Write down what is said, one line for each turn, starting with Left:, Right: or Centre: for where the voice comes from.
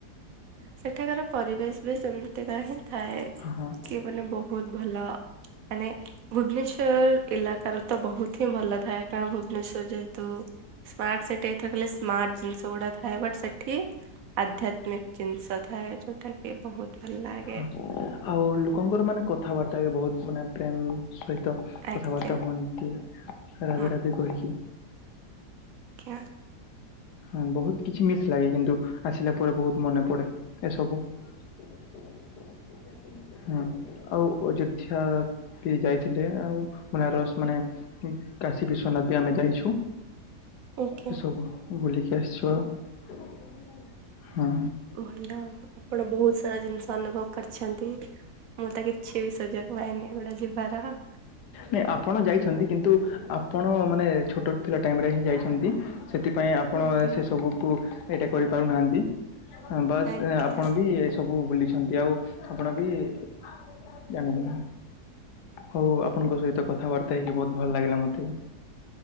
Right: ସେଠାକାର ପରିବେଶ ବି ସେମିତିକାା ହିଁ ଥାଏ
Left: ହଁ।
Right: କି ମାନେ ବହୁ ବହୁତ ଭଲ। ମାନେ ଭୁବନେଶ୍ବର ଇଲାକାର ର ତ ବହୁତ ହିଁ ଭଲ ଥାଏ କାରଣ ଭୁବନେଶ୍ବର ଯେହେତୁ ସ୍ମାର୍ଟ ସେଟି ଏଥିରେ କହିଲଲେ ସ୍ମାର୍ଟ ଜିନିଷ ଗୁଡାକ ଥାଏ ବଟ୍ ସେଠି ଆଧ୍ୟାତ୍ମିକ। ଜିନିଷ ଥାଏ ଛୋଟ୍ ଆଜ୍ଞା ବହୁତ ଭଲ। ଲାଗେ
Left: ହଁ ଆଉ ଲୋକଙ୍କର ମାନେ କଥାବାର୍ତ୍ତା ବି ବହୁତ ମାନେ ପ୍ରେମ୍ ସହିତ।
Right: ଆଜ୍ଞା
Left: କଥାବାର୍ତ୍ତା ହୁଅନ୍ତି ରାଧା
Right: ହଁ
Left: ରାଧି କହିକି।
Right: ଆଜ୍ଞା।
Left: ହଁ ବହୁତ କିଛି ମିସ୍ ଲାଗେ କିନ୍ତୁ ଆସିଲା ପରେ ବହୁତ ମନେ ପଡେ। ଏସବୁ ହୁଁ। ଆଉ ଅଯୋଧ୍ୟା କିଏ ଯାଇଥିଲେ ଆଉ ବନାରସ ମାନେ କାଶୀ ବିଶ୍୍ୱନାଥ ବି ଆମେ ଯାଇଛୁ।
Right: ଆଜ୍ଞା
Left: ଏ ସବୁ ବୁଲିିକି ଆସିଛୁ ଆଉ ହୁଁ।
Right: ଭଲ ଆପଣ ବହୁତ ସାରା ଜିନିଷ ଅନୁଭବ କରିଛନ୍ତି। ମୁଁ ତ କିଛି ବି ସୁଯୋଗ ପାଇନି ଏଗୁଡା ଯିବାର।
Left: ନାଇଁ ଆପଣ ଯାଇଚନ୍ତି କିନ୍ତୁ ଆପଣ ମାନେ ଛୋଟ ଥିଲା ଟାଇମ ରେ ହିଁ ଯାଇ ଚନ୍ତି। ସେଥିପାଇଁ ଆପଣ
Right: ଆଜ୍ଞା
Left: ସେ ସବୁକୁ ଏଇଟା କରିପାରୁନାହାନ୍ତି। ହ ବାସ୍
Right: ଆଜ୍ଞା
Left: ଆପଣ ବି ଏ ସବୁ ବୁଲିଚନ୍ତି ଆଉ। ଆପଣ ବି ଜାଣି ନ ହଉ ଆପଣଙ୍କ ସହିତ କଥାବାର୍ତ୍ତା। ହେଇକି ବହୁ ଭଲ ଲାଗିଲା ମତେ।